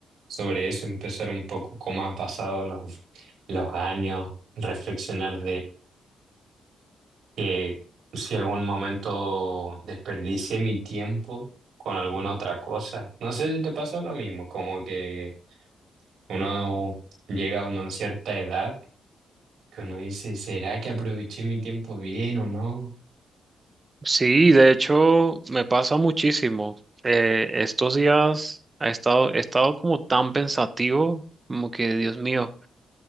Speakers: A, on the right; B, on the right.
A: sobre eso, empezar un poco cómo han pasado los, los años, reflexionar que si algún momento desperdicié mi tiempo con alguna otra cosa. No sé si te pasa lo mismo, como que uno llega a una cierta edad que uno dice, ¿será que aproveché mi tiempo bien o no?
B: Sí, de hecho, me pasa muchísimo. Eh, estos días he estado, he estado como tan pensativo, como que, Dios mío,